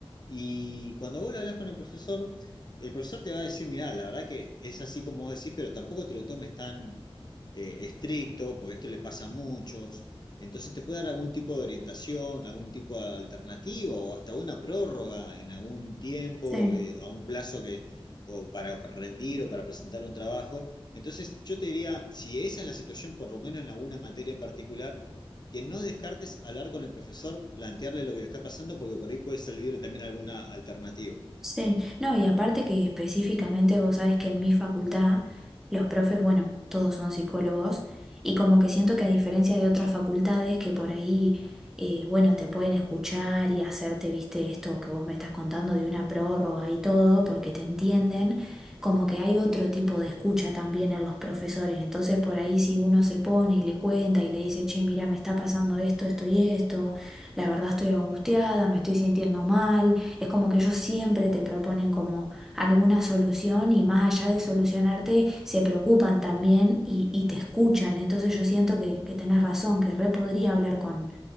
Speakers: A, on the left (about 45°); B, in the centre.
A: Y cuando vos lo hablas con el profesor, el profesor te va a decir, mirá, la verdad que es así como vos decís, pero tampoco te lo tomes tan eh, estricto, porque esto le pasa a muchos, entonces te puede dar algún tipo de orientación, algún tipo de alternativa o hasta una prórroga en algún tiempo,
B: Sí,
A: eh, a un plazo que, o para rendir o para presentar un trabajo. Entonces yo te diría, si esa es la situación, por lo menos en alguna materia en particular, que no descartes hablar con el profesor, plantearle lo que te está pasando, porque por ahí puede salir también alguna alternativa.
B: sí. No, y aparte que específicamente vos sabés que en mi facultad los profes, bueno, todos son psicólogos y como que siento que a diferencia de otras facultades que por ahí, eh, bueno, te pueden escuchar y hacerte, viste, esto que vos me estás contando
A: Mm,
B: de una prórroga y todo, porque te entienden, como que hay otro tipo de escucha también en los profesores. Entonces por ahí si uno se pone y le cuenta y le dice, che, mira, me está pasando esto, esto y esto, la verdad estoy angustiada, me estoy sintiendo mal. Es como que ellos siempre te proponen como alguna solución y más allá de solucionarte, se preocupan también y, y te escuchan. Entonces yo siento que, que tenés razón, que re podría hablar con,